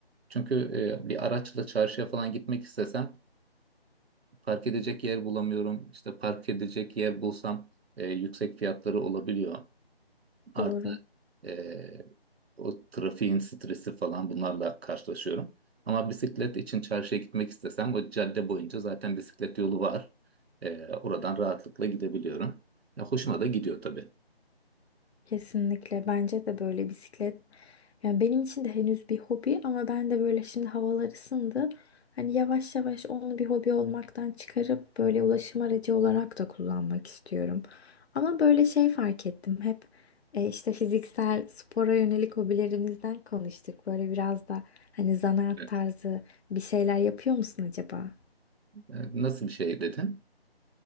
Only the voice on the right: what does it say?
Çünkü e, bir araçla çarşıya falan gitmek istesem park edecek yer bulamıyorum. İşte park edecek yer bulsam e, yüksek fiyatları olabiliyor. Artı
eee, o trafiğin stresi falan bunlarla karşılaşıyorum. Ama bisiklet için çarşıya gitmek istesem bu cadde boyunca zaten bisiklet yolu var. Eee, oradan rahatlıkla gidebiliyorum. Ya, hoşuma da gidiyor tabii.
Evet.
E, nasıl bir şey dedin?